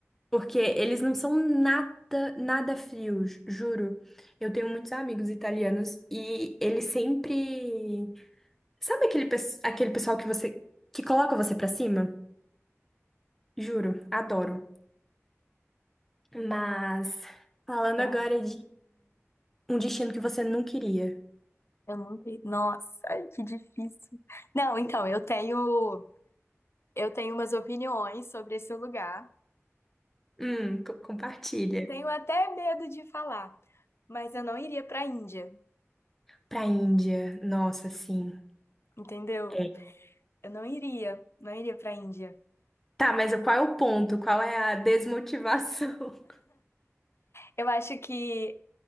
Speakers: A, in the centre; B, on the left.
A: Porque eles não são nada, nada frios, juro. Eu tenho muitos amigos italianos e eles sempre. Sabe aquele, pes- aquele pessoal que você que coloca você pra cima? Juro, adoro. Mas falando
B: Eu,
A: agora
B: não-
A: de um destino que você não queria.
B: eu não tenho. Nossa, ai, que difícil. Não, então, eu tenho. Eu tenho umas opiniões sobre esse lugar.
A: Hum, co- compartilha.
B: Tenho até medo de falar, mas eu não iria pra Índia,
A: Pra Índia, nossa, sim.
B: entendeu?
A: É.
B: Eu não iria, não iria pra Índia.
A: Tá, mas qual é o ponto? Qual é a desmotivação? <laughs>
B: Eu acho que